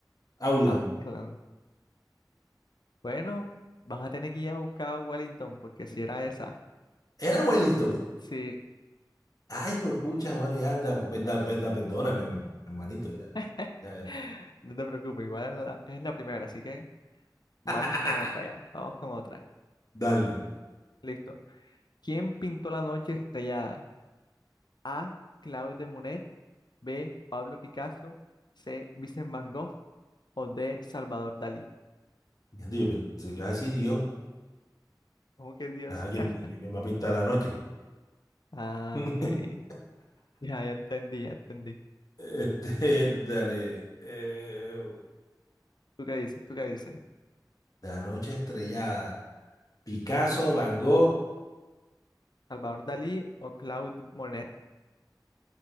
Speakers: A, on the left; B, on the left.
A: Auckland.
B: Auckland. Bueno, vas a tener que ir a buscar a Wellington porque si era esa.
A: Era Wellington.
B: Sí.
A: Ay, pucha, bueno, ya, da- da- da- perdóname, mi hermanito, ya.
B: <laughs>
A: ya, ya.
B: No te preocupes, igual es la, es la primera, así que Vamos
A: <laughs>
B: con otra ya, vamos con otra.
A: Dale.
B: Listo. ¿Quién pintó la noche estrellada? A. Claude de Monet, B. Pablo Picasso, C. Vincent Van Gogh o D. Salvador Dalí.
A: Gente, Yo pensé que ibas a decir Dios.
B: ¿Cómo que Dios?
A: Ajá, ¿quién,
B: <laughs>
A: quién va a pintar la noche?
B: Ah,
A: <laughs>
B: ok. Ya, ya entendí, ya entendí.
A: Este, dale. eh,
B: ¿Tú qué dices? ¿Tú qué dices?
A: la noche estrellada. Picasso, Van Gogh,
B: ¿Salvador Dalí o Claude Monet?